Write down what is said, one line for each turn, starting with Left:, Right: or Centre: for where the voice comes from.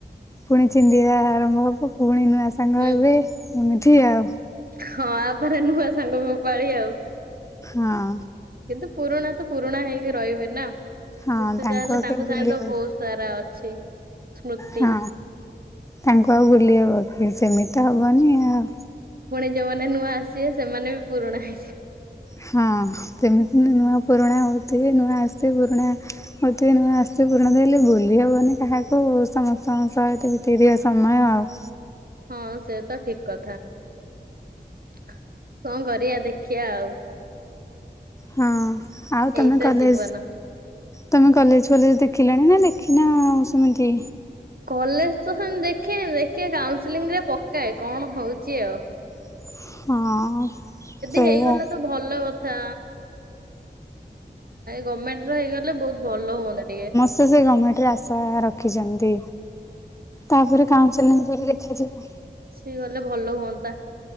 Left: ଫୁଣି ଛିଣ୍ଡିବା ଆରମ୍ଭ ହବ। ଫୁଣି ନୁଆ
Right: ହୁଁ
Left: <inaudible>
Right: ହଁ, ଆ ପରେ ନୂଆ ସାଙ୍ଗ ପାଳି ଆଉ।
Left: ହଁ!
Right: କିନ୍ତୁ ପୁରୁଣା ତ ପୁରୁଣା ହେଇକି ର---ବେ ନା,
Left: ହଁ
Right: ଯେତେ
Left: ତାଙ୍କୁ
Right: ଯାହା ହେଲେ
Left: ଆଉ
Right: ତାଙ୍କ
Left: କେବେ ଭୁଲି
Right: ସାଙ୍ଗ
Left: ହବ
Right: ରା ଅଛି। ସ୍ମୃତି
Left: ହଁ, ତାଙ୍କୁ ଆଉ ଭୁଲି ହବ କି? ସେମି ହବନି ଆଉ।
Right: ଫୁଣି ଯଉମାନେ ନୂଆ ଆସିବେ, ସେମାନେ ବି ପୁରୁଣା ହେଇ
Left: ହଁ, ସେମିତି ନୂଆ ପୁରୁଣା ହଉଥିବେ, ନୂଆ ପୁରୁଣା ହଉଥିବେ। ନୂଆ ଭୁଲି ହେବନି କାହାକୁ, ସମସ୍ତଙ୍କ ସହି ବିତେଇ ଥିବା ସମୟ ଆଉ।
Right: ହଁ, ସେ ତ ଠିକ୍ କଥା, କଣ କରିବା ଦେଖିଆ ଆଉ।
Left: ହଁ, ଆଉ ତମେ
Right: ଏଇତ
Left: କଲେ
Right: ଜୀବନ।
Left: ତମେ କଲେଜ୍‌ ଫଲେଜ୍‌ ଦେଖିଲଣି ନା ଦେଖିନ ସେମି?
Right: କଲେଜ ତ ସେମିତି ଦେଖି---ଦେଖିଆ କାଉଁସିଲିଂ ରେ ପକାଏ କ'ଣ ହଉଚି ଆଉ।
Left: <inaudible> ସେଇଆ
Right: ହେଇଗଲା ତ! ଭଲ କଥା, ଗମେଣ୍ଟ୍ ହେଇଗଲେ ବହୁ ଭଲ ହୁଅନ୍ତା ଟି
Left: ସେ, ସେ ଗଭର୍ଣମେଣ୍ଟରେ ଆଶା ରଖିଛନ୍ତି। ତାପରେ କାଉନସିଲିଂ ପରେ ଦେଖାଯିବ।
Right: ସିଏ ଗଲେ ଭଲ ହୁଅନ୍ତା।